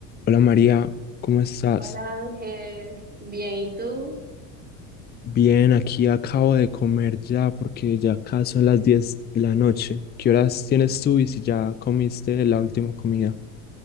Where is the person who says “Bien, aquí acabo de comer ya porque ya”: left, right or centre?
Left